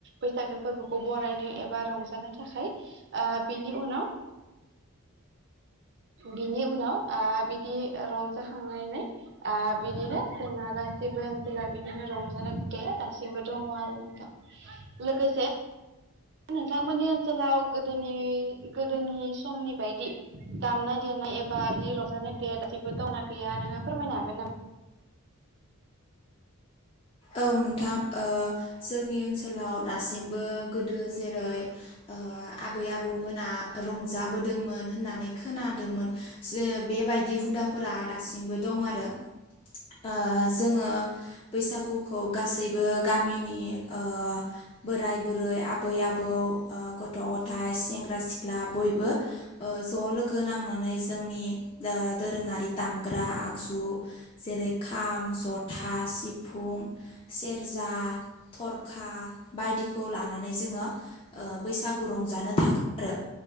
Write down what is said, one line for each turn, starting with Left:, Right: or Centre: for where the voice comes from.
Right: बैसागो फोरबोखौ बरायनो एबा रंजानो थाखाय ओ बेनि उनाव बिनि उनाव आ बिदि रंजाखांनानै आ बिदिनो जोंना गास सिबो ओनसोलाव बिदिनो रंजानाय हुदाया दासिमबो दङ आरो नोंथां लोगोसे नोंथांमोननि ओनसोलाव गोदोनि गोदोनि समनि बायदि दामनाय देनाय नाय एबा बिदि रंजानाय बे दासिमबो दंना गैया नोंहा फोरमायनो हागोन नामा?
Left: औ नोंथां ओ जोंनि ओनसोलाव दासिमबो गोदो जेरै ओ ओ आबै आबौ मोना रंजाबोदोंमोन होननानै खोनादोंमोन जो बेबायदि हुदाफोरा दा दासिमबो दं आरो। ओ जोङो बैसागुखौ गासैबो गामिनि ओ बोराइ बुरै आबै आबौ ओ गथ' गथाय सें सेंग्रा सिख्ला बयबो ओ ज' लोगो नांनानै जोंनि ओ दोरोङारि दामग्रा ग्रा आगजु जेरै खाम, जथा, सिफुं, सेरजा थरखा बायदिखौ लानानै जोङो ओ बैसागु रंजानो थाङो। रो